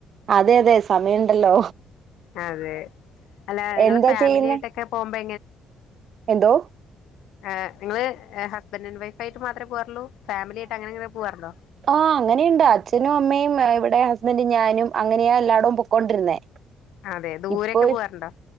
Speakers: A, on the right; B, on the left.
A: അതെ അതെ സമയുണ്ടല്ലോ
B: അതെ അല്ല നിങ്ങള്
A: എന്താ
B: ഫാമിലി
A: ചെയ്യുന്നേ
B: ആയിട്ടൊക്കെ പോകുമ്പോ
A: എന്തോ
B: ആ നിങ്ങള് ഹസ്ബൻഡറ് ആൻഡ് വൈഫ് ആയിട്ട് മാത്രമേ പോവാറുള്ളൂ ഫാമിലിയായിട്ടങ്ങനെങ്ങനെ പോവാറുണ്ടോ?
A: ആഹ് അങ്ങനെയുണ്ട് അച്ഛനും അമ്മയും ഇവിടെ ഹസ്ബന്റും ഞാനും അങ്ങനെയ എല്ലാടും പൊക്കൊണ്ടിരുന്നേ
B: അതെ ദൂരൊക്കെ
A: ഇപ്പോ
B: പോവാറുണ്ടോ